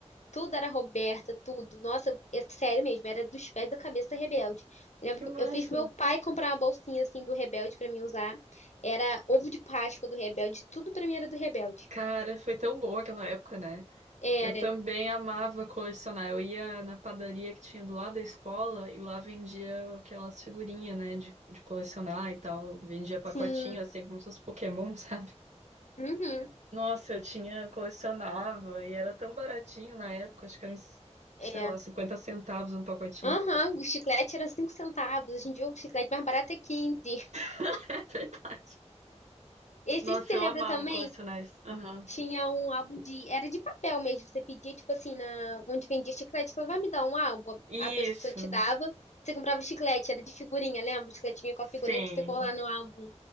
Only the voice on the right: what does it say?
que
massa.
Cara, foi tão bom aquela época, né?
Eu também amava colecionar. Eu ia na padaria que tinha do lado da escola e lá vendia aquelas figurinhas, né, de, de colecionar e tal. Vendia pacotinho,
assim, como se fosse Pokémon, <laughs> sabe?
Nossa, eu tinha, colecionava e era tão baratinho na época, acho que era, uns,
sei lá, cinquenta centavos um pacotinho.
<laughs> É verdade.
Nossa,
eu
amava
colecionar isso. Aham.
Isso,
sim,